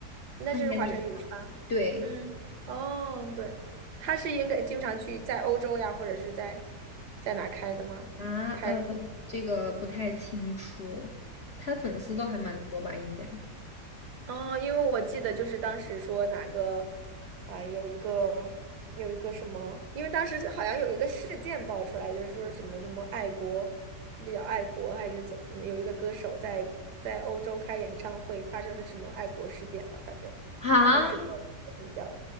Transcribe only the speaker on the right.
那就是华晨宇是吧？
嗯，哦，对，他是应该经常去在欧洲呀，或者是在在哪儿开的吗？
开。
哦，因为我记得就是当时说哪个啊、有一个有一个什么，因为当时好像有一个事件爆出来，就是说什么怎么爱国，他比较爱国还是怎么，有一个歌手在在欧洲开演唱会发生了什么爱国事件吧，反正
当时爆得比较，